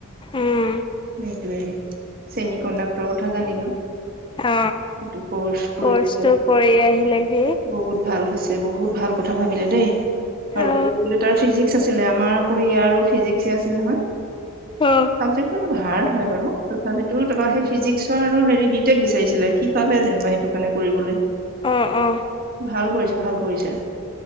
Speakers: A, on the left; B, on the right.
A: উম
B: সেইটোয়ে। ছেমি কণ্ডাক্টৰৰ কথা জানিলো।
A: অ
B: এইটো কৰ্চ কৰিছিলে
A: কৰ্চটো কৰি আহিলে।
B: বহুত ভাল হৈছে, বহুত ভাল কথা ভাবিলে দেই আৰু
A: অ
B: সেইটো বোলে তাৰ ফিজিক আছিলে আমাৰ আকৌ ইয়াৰ আৰু ফিজিক্ আছিল নহয়।
A: অ
B: তাৰপিছতো হাৰ্ড হয় বাৰু, তথাপিতো তাপা সেই ফিজিক্স আৰু হেৰি বি টেক বিচাৰিছিলে, সি পালে যেনিবা সেইটো কাণে কৰিবলৈ।
A: অ অ।
B: ভাল কৰিছে, ভাল কৰিছে।